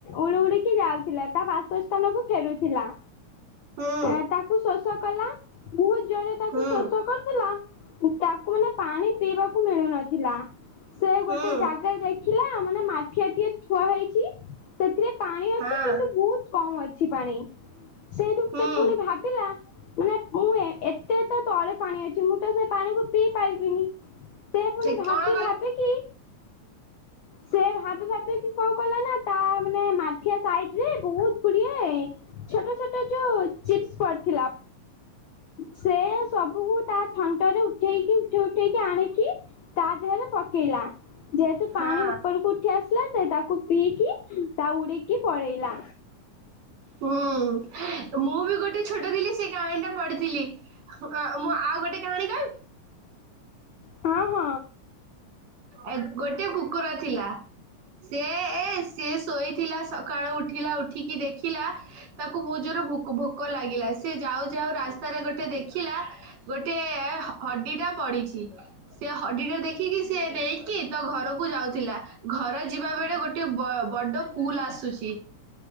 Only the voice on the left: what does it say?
ଉଳୁ ଉଳିକି ଯାଉଥିଲା ତା ବାସସ୍ଥାନକୁ ଫେରୁଥିଲା।
ଏ ତାକୁ ଶୋଷ କଲା ବହୁତ ଜୋରରେ ତାକୁ
ଶୋଷ କରୁଥିଲା। ତାକୁ ମାନେ ପାଣି ପିଇବାକୁ ମିଳୁନଥିଲା। ସେ ଗୋଟେ
ଜାଗାରେ ଦେଖିଲା ମାନେ ମାଠିଆ ଟିଏ ଥୁଆ ହେଇଛି। ସେଥିରେ ପାଣି ଅଛି
କିନ୍ତୁ ବହୁତ କମ ଅ ଅଛି ପାଣି ସେଇଠୁ
ସେ ପୁଣି ଭାବିଲା ମାନେ ମୁଁ ଏ ଏ ତେ ତ ତଳେ ପାଣି ଅଛି ମୁଁ ତ ସେ ପାଣିକୁ ପିଇ ପାରିବିନି।
ପୁଣି ଭାବି ସେ ଭାବିକି ସେ ଭାବି ଭାବି କି କଣ କଲା ନା। ତା ମାନେ ମାଠିଆ ସାଇଡି ରେ ବହୁତ ଗୁଡିଏ ଛୋଟ ଛୋଟ ଯୋଉ ଚିପ୍ସ ପଡିଥିଲା। ସେ ସବୁକୁ ତା ଥଣ୍ଟରେ ଉଠେଇକି ଉଠେଇ ଉଠେଇକି ଆଣିକି ହେଲେ ପକେଇଲା ଯେହେତୁ
ପାଣି ଉପରକୁ ଉଠି ଆସିଲା ସେ ତାକୁ ପିଇକି ତା ଉଡିକି ପଳେଇଲା।
ହଁ ହଁ।